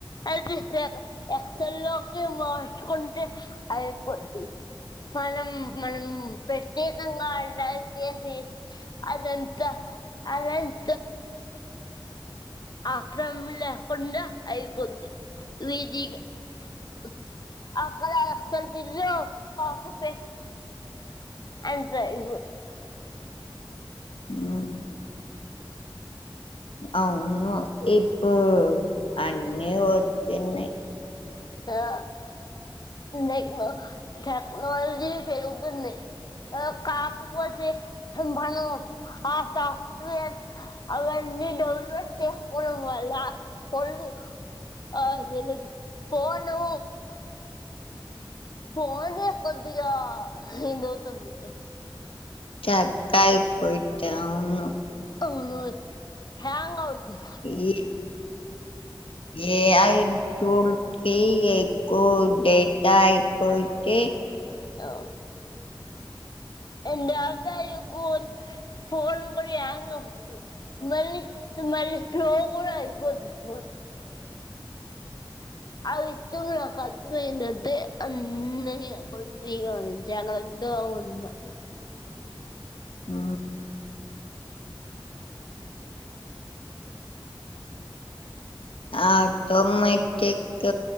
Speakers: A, on the left (about 50°); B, on the left (about 90°).
A: అదిస్తే ఎక్సల్ లోకి మార్చుకుంటే అయిపోద్ది మనం మనం ప్రత్యేకంగా అడచ్చేసి అదంతా అదం <unintelligible> ఆక్రమం లేకుండా అయిపోద్ది <unintelligible> కాఫీ పే అంతే ఇపూ
B: హ్ అవును ఇప్పుడు అన్నీ వచ్చినాయి
A: ఆ నెక్స్ట్ టెక్నోలజీ పెరుగుతుంది కాకుపోతే మనము అ సాఫ్ట్వేర్ అవన్నీ డౌన్లోడ్ చేసుకోవడము వల్ల పొడులు అది <unintelligible> పోను ఫోనే కొద్దిగా ఇదవుతుంది.
B: అక్కయి పోయిట ఆవును
A: అవును హ్యాంగ్ అవుద్ది
B: ఈ ఏఐ టుల్కి ఎక్కువ డేటయిపోతే
A: అవు <unintelligible> ఫోన్ కూడా హ్యాంగ్ అవుతుంది మళ్ళీ మళ్ళీ స్లో కూడా అయిపోద్ది ఫోన్ ఆ విత్తం నాకు అర్థమయింది అంతే అన్నయా కొన్నిగా జాగ్రత్తగావున్నా
B: హ్ ఆటోమాటిక్